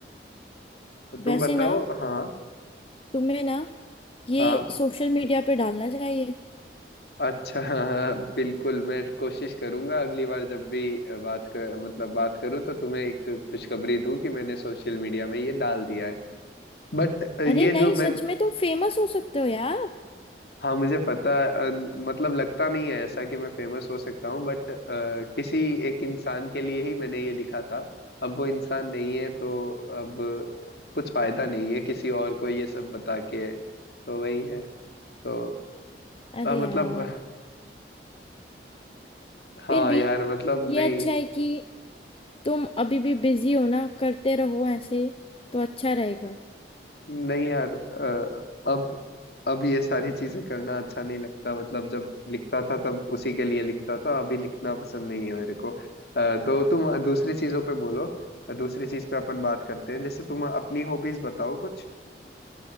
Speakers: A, on the left; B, on the left.
A: तो तुम
B: वैसे
A: बताओ
B: ना
A: हाँ
B: तुम्हें ना ये
A: हाँ
B: सोशल मीडिया पे डालना चाहिए
A: अच्छा <laughs> हाँ, बिल्कुल मैं कोशिश करूंगा अगली बार जब भी बात कर मतलब बात करूं तो तुम्हें एक खुशखबरी दूं कि मैंने सोशल मीडिया में ये डाल दिया है बट ये
B: अरे नहीं
A: जो मैं
B: सच में तुम फेमस हो सकते हो यार
A: हाँ मुझे पता अ, मतलब लगता नहीं है ऐसा कि मैं फेमस हो सकता हूँ बट किसी एक इंसान के लिए ही मैंने ये लिखा था अब वो इंसान नहीं है तो अब कुछ फायदा नहीं है किसी और को ये सब बता के तो वही है तो
B: अरे
A: अ, मतलब
B: यार
A: हाँ
B: फिर भी
A: यार मतलब
B: ये
A: नहीं
B: अच्छा है कि तुम अभी भी बिजी हो ना करते रहो ऐसे ही, तो अच्छा रहेगा
A: नहीं यार अ, अब अब ये सारी चीजें करना अच्छा नहीं लगता मतलब जब लिखता था तब उसी के लिए लिखता था अभी लिखना पसंद नहीं है मेरे को अ, तो तुम दूसरी चीजों पे बोलो दूसरी चीज पे अपन बात करते हैं जैसे तुम अपनी हॉबीज बताओ कुछ